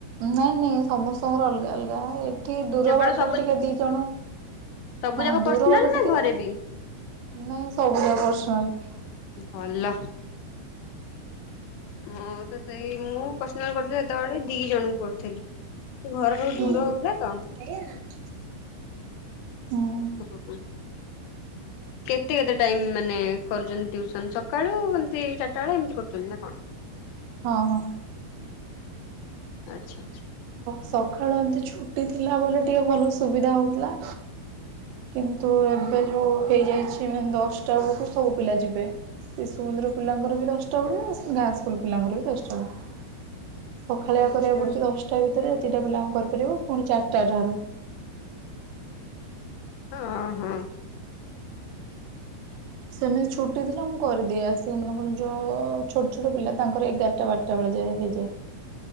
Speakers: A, on the right; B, on the left.
A: ନାଇଁ ନାଇଁ ସମସ୍ତଙ୍କର ଅଲଗା ଅଲଗା ଏଠି ଦୂର
B: କେବଳ
A: ବାଟରେ
B: ସବୁ
A: ଟିକେ ଦି ଜଣ
B: ସବୁ
A: ହଁ
B: ଯାକ
A: ଦୂର
B: ପର୍ସନାଲ
A: ବାଟ ଟିକେ
B: ନା ଘରେ
A: ନାଇଁ
B: ବି?
A: ସବୁ ଯାକ ପର୍ସନାଲ
B: ଭଲ। ମୁଁ ତ ସେଇ ମୁଁ ପର୍ସନାଲ କରୁଥିଲି ସେତେବେଳେ ଦି ଜଣଙ୍କୁ କରୁଥିଲି। ଘର
A: <inaudible>
B: ପାଖରୁ ଦୂର ହଉଥିଲା ତ
A: ହୁଁ।
B: ହଁ।
A: ହଁ
B: କେତେ କେତେ ଟାଇମ ମାନେ କରୁଛନ୍ତି ଟ୍ୟୁଉସନ ସକାଳୁ ଏମିତି ଚାରିଟା ବେଳ ଏମିତି କରୁଛନ୍ତି ନା କଣ?
A: ହଁ ହଁ।
B: ଆଚ୍ଛା ଆଛା।
A: ସଖାଳୁ ଏମତି ଛୁଟି ଥିଲା ବୋଲି ଟିକେ ଭଲ ସୁବିଧା ହଉଥିଲା। କିନ୍ତୁ ଏବେ ଯୋଉ ହେଇଯାଇଛି ଦଶଟା ବେଳକୁ ସବୁ ପିଲା ଯିବେ। ଶିଶୁମନ୍ଦିର ପିଲାଙ୍କର ବି ଦଶଟା ବଳିଆ ଆ ଗାଁ ସ୍କୁଲ ପିଲାଙ୍କର ବି ଦଶଟା ବଳିଆ। ସଖାଳିଆ
B: ଆଚ୍ଛା
A: କରିବାକୁ ପଡୁଛି
B: ଆଚ୍ଛା
A: ଦଶଟା ଭିତରେ ଯେତିକିଟା ପିଲାଙ୍କୁ କରିପାରିବ ପୁଣି ଚାରିଟା ଠାରୁ
B: ହଁ ହଁ।
A: ସେମିତି ଛୁଟି ଥିଲା ମୁଁ କରିଦିଏ ଆସିବି ମାନଙ୍କର ଯୋଉ ଛୋଟ ଛୋଟ ପିଲା ତାଙ୍କର ଏଗାରଟା ବାର୍ ଟା ବେଳଯାଏ ହେଇଯାଏ।